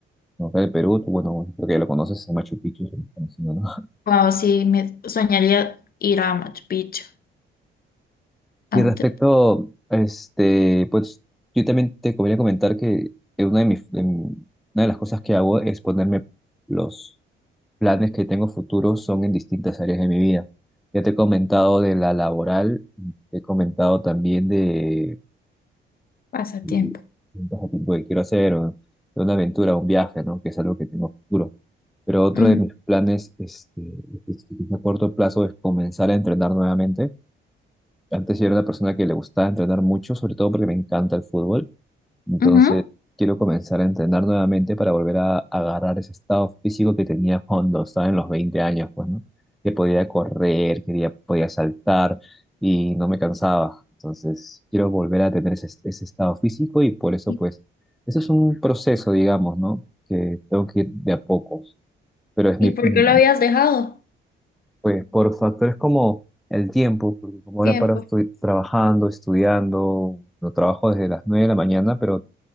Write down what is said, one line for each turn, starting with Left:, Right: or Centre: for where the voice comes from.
Centre: ¿no? Acá el Perú, tú, bueno, creo que ya lo conoces, es Machu Picchu, es muy conocido, ¿no? <laughs>
Left: Wow, sí, me soñaría ir a Machu Picchu antes
Centre: Y respecto, este, pues yo también te convenía comentar que eh, una de mis, de mi- una de las cosas que hago es ponerme los planes que tengo futuros son en distintas áreas de mi vida. Ya te he comentado de la laboral, te he comentado también de,
Left: pasatiempo.
Centre: de un pasatiempo que quiero hacer, o de una aventura, un viaje, ¿no? Que es algo que tengo futuro. Pero otro
Left: Ujú.
Centre: de mis planes este, es- es a corto plazo es comenzar a entrenar nuevamente. Antes yo era una persona que le gustaba entrenar mucho, sobre todo porque me encanta el fútbol. Entonces,
Left: Ujú.
Centre: quiero comenzar a entrenar nuevamente para volver a, agarrar ese estado físico que tenía <laughs> cuando estaba en los 20 años, pues, ¿no? Que podía correr, quería, podía saltar y no me cansaba. Entonces, quiero volver a tener ese, ese estado físico y por eso,
Left: ¿Y,
Centre: pues, eso es un proceso, digamos, ¿no? Que tengo que ir de a poco. Pero es
Left: y
Centre: mi,
Left: por
Centre: mm,
Left: qué lo habías dejado?
Centre: pues, por factores como el tiempo, porque como
Left: Tiempo.
Centre: ahora paro estoy trabajando, estudiando, lo trabajo desde las 9 de la mañana, pero